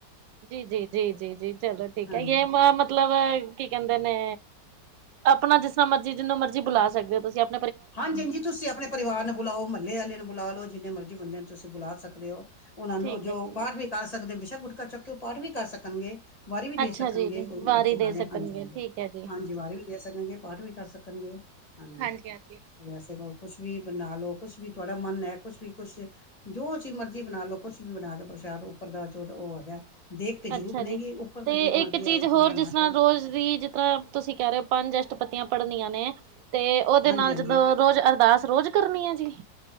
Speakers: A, on the right; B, on the left.
A: ਜੀ -ਜੀ -ਜੀ -ਜੀ- ਜੀ ਚਲੋ ਠੀਕ
B: ਹਾਂਜੀ
A: ਹੈ, ਯ ਮ ਮਤ ਮਤਲਬ ਕੀ ਕਹਿੰਦੇ ਨੇ, ਆਪਣਾ ਜਿਸ ਤਰ੍ਹਾਂ ਮਰਜੀ ਜਿਹਨੂੰ ਮਰਜੀ ਬੁਲਾ ਸਕਦੇ ਹੋ ਤੁਸੀਂ ਆਪ
B: ਹਾਂਜੀ -ਹਾਂਜੀ, ਤੁਸੀਂ ਆਪਣੇ ਪਰਿਵਾਰ ਨੂੰ ਬੁਲਾਓ, ਮਹੱਲੇ ਵਾਲੇ ਨੂੰ ਬੁਲਾ ਲਓ ਜਿੰਨੇ ਮਰਜ਼ੀ ਬੰਦੇ ਨੇ ਤੁਸੀਂ ਬੁਲਾ ਸਕਦੇ ਹੋ, ਉਹਨਾਂ ਨੂੰ
A: ਠੀਕ
B: ਜੋ
A: ਹੈ ਜੀ
B: ਪਾਠ ਵੀ ਕਰ ਸਕਦੇ ਬਿਸ਼ਕ ਗੁਟਕਾ ਚੁੱਕ ਕੇ ਉਹ ਪਾਠ ਵੀ ਕਰ ਸਕਣਗੇ ਵਾਰੀ ਵੀ
A: ਅੱਛਾ
B: ਦੇ ਸਕਣਗੇ
A: ਜੀ
B: ਕੋਈ
A: ਵਾਰੀ
B: ਐਸੀ ਗੱਲ
A: ਦੇ
B: ਨਈ ਹੈ,
A: ਸਕਣਗੇ
B: ਹਾਂਜੀ- ਹਾਂਜੀ
A: ਠੀਕ ਹੈ ਜੀ
B: ਹਾਂਜੀ ਵਾਰੀ ਵੀ ਦੇ ਸਕਣਗੇ ਪਾਠ ਵੀ ਕਰ ਸਕਣਗੇ, ਹਾਂਜੀ
A: ਹਾਂਜੀ- ਹਾਂਜੀ
B: ਵੈਸੇ ਕੋ ਕੁਛ ਵੀ ਬਣਾ ਲਓ। ਕੁਛ ਵੀ ਤੁਹਾਡਾ ਮਨ ਹੈ ਕੁਛ ਵੀ ਕੁਛ ਜੋ ਚੀਜ਼ ਮਰਜ਼ੀ ਬਣਾ ਲਓ ਕੁਛ ਵੀ ਬਣਾ ਕੇ ਪ੍ਰਸ਼ਾਦ ਉੱਪਰ ਦਾ ਚੋਂ ਤਾਂ ਉਹ ਹੈਗਾ ਦੇਗ ਤੇ
A: ਅੱਛਾ
B: ਜ਼ਰੂਰ ਬਣੇਗੀ
A: ਜੀ
B: ਉੱਪਰ ਦਾ
A: ਤੇ
B: ਜੋ
A: ਇੱਕ
B: ਮਰਜ਼ੀ
A: ਚੀਜ਼
B: ਆਏ
A: ਹੋਰ
B: ਜੋ ਬਣਾ
A: ਜਿਸ ਤਰ੍ਹਾਂ
B: ਕੇ
A: ਰੋਜ਼ ਦੀ ਜਿਸ ਤਰ੍ਹਾਂ ਤੂਸੀ ਕੈ ਰੇ ਓ ਪੰਜ ਅਸ਼ਟਪਦੀਆਂ ਪੜਨੀਆਂ ਨੇ, ਤੇ ਓਦੇ
B: ਹਾਂਜੀ
A: ਨਾਲ
B: ਹਾਂਜੀ
A: ਜਦੋ ਰੋਜ ਅਰਦਾਸ ਰੋਜ ਕਰਨੀ ਐ ਜੀ?